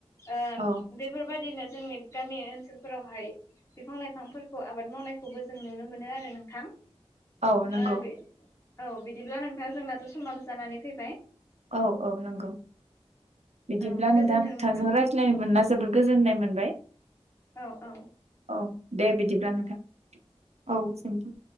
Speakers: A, on the left (about 25°); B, on the right (about 80°).
A: ओ
B: औ
A: बेफोरबायादिनो जोंनि गामि ओनसोलफोरावहाय बिफां- लाइफांफोरखौ आबाद मावनायखौबो जों नुनो मोनो आरो नोंथां।
B: औ नंगौ
A: ओ औ बिदिब्ला नोंथां। जोंनाथ' समबाबो जानानै फैबाय।
B: औ - औ नंगौ। बिदिब्ला
A: औ गोजोन्थों
B: नोंथा नोंथांजों
A: नोंथां
B: रायज्लायनो मोनला जोबोद गोजोननाय मोनबाय।
A: औ - औ।
B: औ दे बिदिब्ला नोंथां औ सेमथु।